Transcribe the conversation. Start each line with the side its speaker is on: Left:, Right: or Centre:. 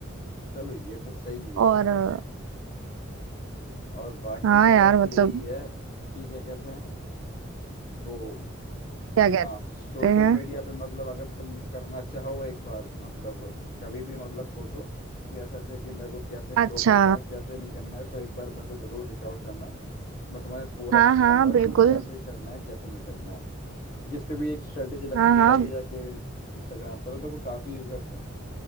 Left: चलो ये तो सही है यार
Right: और अ,
Left: और बाकी
Right: हाँ
Left: तो
Right: यार
Left: बस
Right: मतलब
Left: यही है कि क्या कहते हैं वो
Right: क्या
Left: हाँ
Right: कहते
Left: सोशल
Right: हैं
Left: मीडिया पे मतलब अगर तुम करना चाहो एक बार मतलब कभी भी मतलब सोचो कि ऐसे ऐसे कि मेरे को कैसे ग्रो
Right: अच्छा
Left: करना है कैसे नहीं करना है तो एक बार मेरे को जरूर रीच आउट करना मैं तुम्हें पूरा
Right: हाँ
Left: समझाऊंगा
Right: हाँ बिल्कुल
Left: कि कैसे करना है कैसे नहीं करना है क्योंकि इस पे भी एक स्ट्रेटेजी लगती
Right: हाँ
Left: है
Right: हाँ
Left: तभी जाके इंस्टाग्राम पर तो देखो काफी यूजर्स हैं